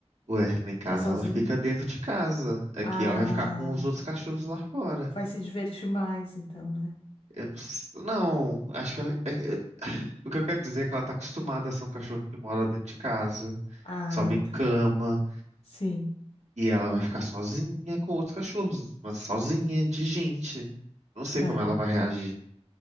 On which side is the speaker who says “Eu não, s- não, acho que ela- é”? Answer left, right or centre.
Right